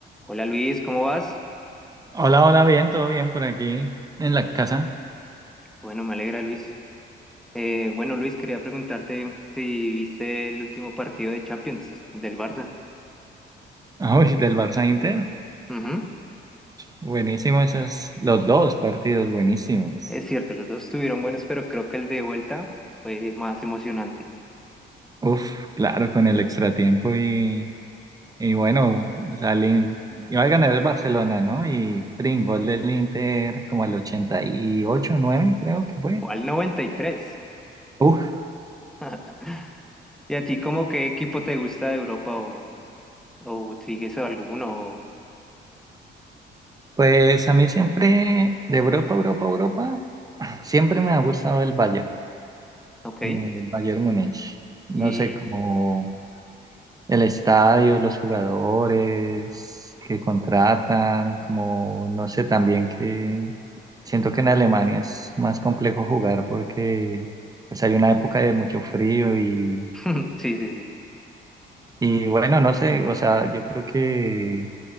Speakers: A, in the centre; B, on the right.
A: Hola Luis, ¿cómo vas?
B: Hola, hola, bien, todo bien por aquí en la casa.
A: Bueno, me alegra Luis. Eh, bueno Luis, quería preguntarte si viste el último partido de Champions del Barça.
B: Ah, Uy, del Barça Inter.
A: Ujú.
B: Buenísimo esos, los dos partidos, buenísimos.
A: Es cierto, los dos estuvieron buenos, pero creo que el de vuelta fue más emocionante.
B: Uf, claro, con el extratiempo y, y bueno, o sea, el In- iba a ganar el Barcelona, ¿no? Y prin, gol del Inter como el ochenta y ocho nueve creo que fue.
A: Fue al 93. ¿Y tres.
B: Uf,
A: <laughs> ¿Y a ti como qué equipo te gusta de Europa o, o sigues a alguno? o-
B: pues a mí siempre, de Europa, Europa, Europa, siempre me ha gustado el Bayern,
A: ok.
B: eh, el Bayern Múnich. No
A: Y
B: sé cómo. El estadio, los jugadores que contratan, como no sé, también que siento que en Alemania es más complejo jugar porque pues, hay una época de mucho frío y,
A: <laughs> sí, sí, sí.
B: y bueno, no sé, o sea, yo creo que